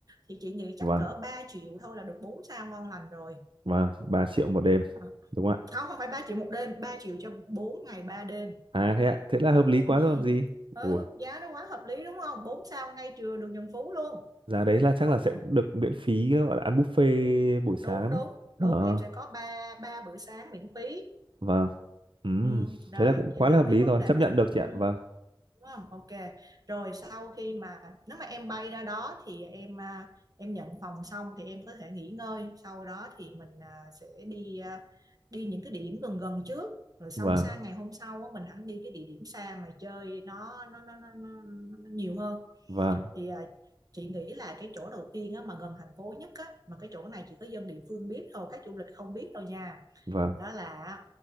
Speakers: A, on the right; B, on the right.
A: Thì chị nghĩ chắc
B: vâng
A: cỡ 3 triệu thôi là được 4 sao ngon lành rồi.
B: vâng ba triệu một đêm
A: À,
B: đúng không ạ
A: Không không phải 3 triệu một đêm, 3 triệu cho 4 ngày 3 đêm.
B: à thế ạ thế là hợp lý quá
A: Ừ.
B: rồi còn gì
A: ừ
B: ôi
A: giá nó quá hợp lý đúng không bốn sao ngay trưa đường Trần Phú luôn
B: giá đấy là chắc là sẽ được miễn phí gọi là ăn buffet buổi sáng
A: đúng đúng
B: ờ
A: đúng em sẽ có ba ba bữa sáng miễn phí
B: vâng Ừm,
A: ừ. rồi
B: thế là cũng quá
A: vậy là
B: là hợp lý
A: cái vấn
B: rồi
A: đề
B: chấp nhận
A: khách
B: được chị ạ
A: ừ.
B: vâng
A: đúng không ok rồi sau khi mà nếu mà em bay ra đó thì em à, em nhận phòng xong thì em có thể nghỉ ngơi sau đó thì mình à, sẽ đi à, đi những cái địa điểm gần gần trước rồi xong
B: vâng
A: sang ngày hôm sau á, mình hẳn đi cái địa điểm xa mà chơi nó nó nó nó, nó, nó nhiều hơn
B: vâng
A: Thì à, chị nghĩ là cái chỗ đầu tiên á, mà gần thành phố nhất á, mà cái chỗ này chỉ có dân địa phương biết thôi, khách du lịch không biết đâu nha.
B: vâng
A: Đó là